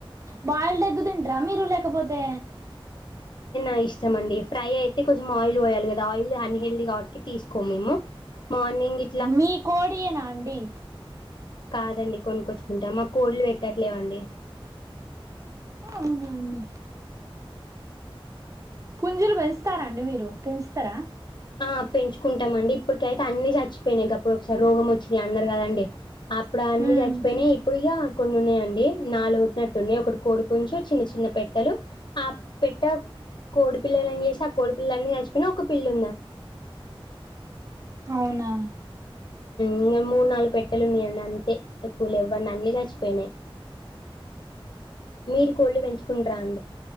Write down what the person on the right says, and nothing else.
బయల్ దగ్గుతుంట్రా మీరు లేకపోతే
మీ కోడి నా అండి
అవునాండి పంజులు పెంచుతారా అండి మీరు పెంచుతారా
ఉమ్
అవునా